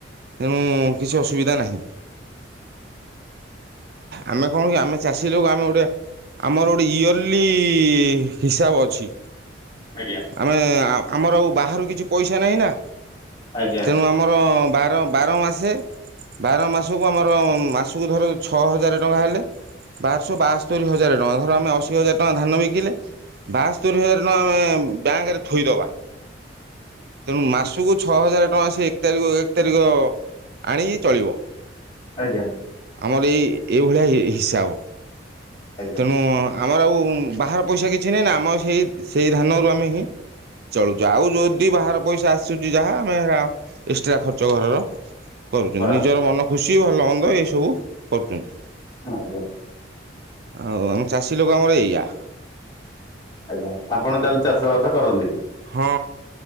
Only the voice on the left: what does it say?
ଆଜ୍ଞା
ଆଜ୍ଞା
ଆଜ୍ଞା
ଆଜ୍ଞା।
ଆଜ୍ଞା
କରାହବ
ଆଜ୍ଞା।
ଆଜ୍ଞା ଆପଣ ତାହେଲେ ଚାଷ ବାସ କରନ୍ତି।